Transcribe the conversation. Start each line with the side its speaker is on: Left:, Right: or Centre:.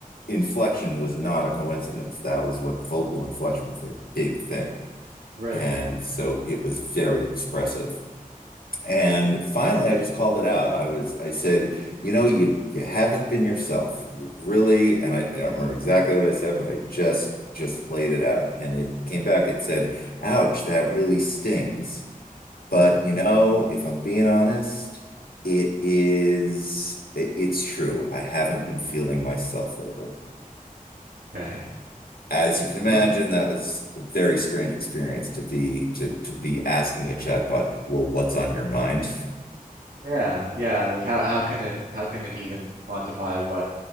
Left: inflection was not a coincidence. That was what vocal inflection was their big thing.
Right: Right.
Left: And so it was very expressive. And finally, I just called it out. I was, I said, you know, you you haven't been yourself. You really, and I, I don't remember exactly what I said, but I just just laid it out. And it came back. It said, "Ouch, that really stings." But
Right: Hmm.
Left: you know, if I'm being honest, it is, it- it's true. I haven't been feeling myself lately.
Right: Okay.
Left: As you can imagine,
Right: What?
Left: that was a very strange experience to be to to be asking a chatbot, well, what's on your mind?
Right: Yeah. Yeah. Like how how can it how can it even quantify what